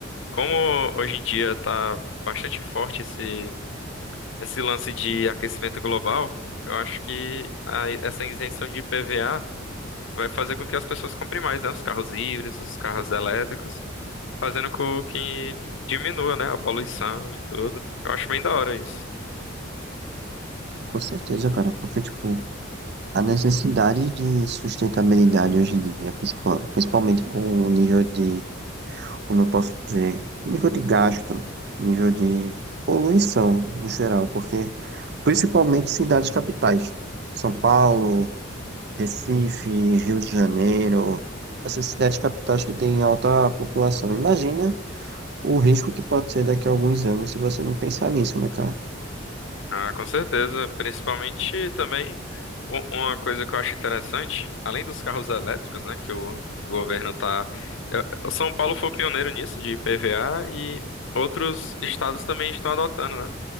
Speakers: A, on the left (about 70°); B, on the right (about 55°).
A: como hoje em dia tá bastante forte esse, esse lance de aquecimento global, eu acho que a- essa isenção de IPVA vai fazer com que as pessoas comprem mais, né? Os carros híbridos, os carros elétricos, fazendo com que diminua, né? A poluição e tudo. Eu acho bem da hora isso.
B: Com certeza, cara, porque, tipo, a necessidade de sustentabilidade hoje em dia, principal- principalmente com o nível de, como eu posso dizer, nível de gasto, nível de poluição no geral, porque principalmente cidades capitais, São Paulo, Recife, Rio de Janeiro, essas cidades capitais que têm alta população. Imagina o risco que pode ser daqui a alguns anos se você não pensar nisso, né, cara?
A: Ah, com certeza. Principalmente também u- uma coisa que eu acho interessante, além dos carros elétricos, né? Que o, o governo tá. eu- O São Paulo foi o pioneiro nisso, de IPVA, e outros estados também estão adotando, né?